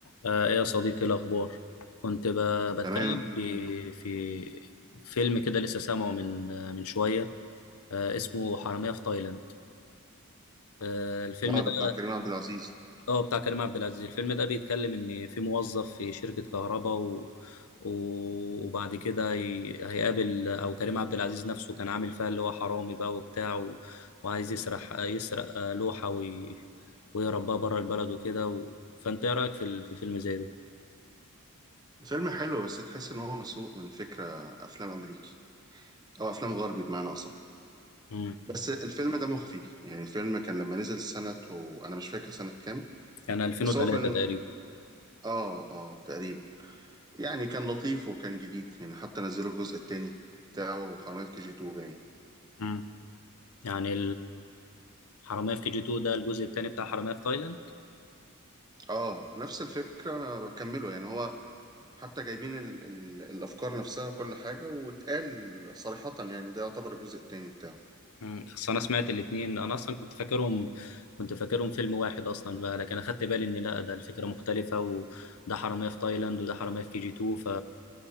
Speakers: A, on the left; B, on the right.
A: آه، ايه يا صديقي الأخبار كنت ب- بتكلم
B: تمام الحمد
A: في
B: لله
A: في فيلم كده لسه سامعه من آه، من شوية آه، اسمه حرامية في تايلاند آه، الفيلم
B: اه
A: ده
B: ده بتاع كريم عبد العزيز
A: اه بتاع كريم عبد العزيز الفيلم ده بيتكلم إن في موظف في شركة كهرباء و و- وبعد كده هي- هيقابل أو كريم عبد العزيز نفسه كان عامل فيها اللي هو حرامي بقى وبتاع و- وعايز يسرح يسرق آه، لوحة وي- ويهرب بقى بره البلد وكده و... فأنت إيه رأيك في ال- في فيلم زي ده؟
B: فيلم حلو بس تحس ان هو مسروق من فكره افلام امريكي او افلام غربي بمعنى اصح
A: مم.
B: بس الفيلم دمه خفيف يعني الفيلم كان لما نزل سنه وانا مش فاكر سنه كام
A: كان 2003
B: بس هو فيلم
A: تقريبا
B: اه اه تقريبا يعني كان لطيف وكان جديد يعني حتى نزلوا الجزء التاني بتاعه حرامية في كي جي 2 باين
A: مم. يعني الحرامية في كي جي 2 ده الجزء الثاني بتاع حرامية في تايلاند
B: اه نفس الفكره انا بكمله يعني هو حتى جايبين ال ال الافكار نفسها وكل حاجه واتقال صريحه يعني ده يعتبر الجزء التاني بتاعه
A: مم. بس انا سمعت الاثنين انا اصلا كنت فاكرهم كنت فاكرهم فيلم واحد اصلا بقى لكن اخدت بالي ان لا ده الفكرة مختلفة وده حرامية في تايلاند وده حرامية في كي جي 2 ف